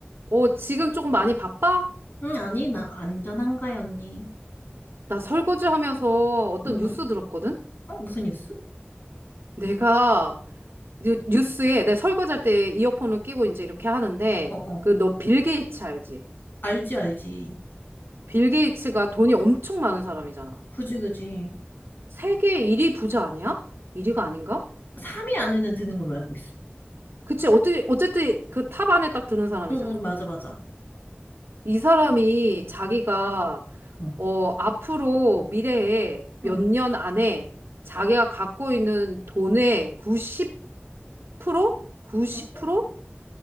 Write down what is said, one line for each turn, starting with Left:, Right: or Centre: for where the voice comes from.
Right: 어, 지금 조금 많이 바빠?
Left: 응, 아니, 나 안전한가요, 언니?
Right: 나 설거지 하면서 어떤
Left: 응,
Right: 뉴스
Left: 응.
Right: 들었거든?
Left: 어, 무슨 뉴스?
Right: 내가 뉴, 뉴스에 내 설거지할 때 이어폰을 끼고 이제 이렇게 하는데
Left: 어, 어.
Right: 그 너 빌 게이츠 알지?
Left: 알지, 알지.
Right: 빌 게이츠가 돈이 엄청 많은 사람이잖아.
Left: 그지, 그지.
Right: 세계 1위 부자 아니야? 1위가 아닌가?
Left: 3위 안에는 드는 걸로 알고 있어.
Right: 그치, 어떻게, 어쨌든 그 탑 안에 딱 드는 사람이잖아.
Left: 응, 응, 맞아, 맞아.
Right: 이 사람이 자기가
Left: 응,
Right: 어, 앞으로 미래에 몇
Left: 응,
Right: 년 안에 자기가 갖고 있는 돈의 90 90%?
Left: 응,
Right: 90%?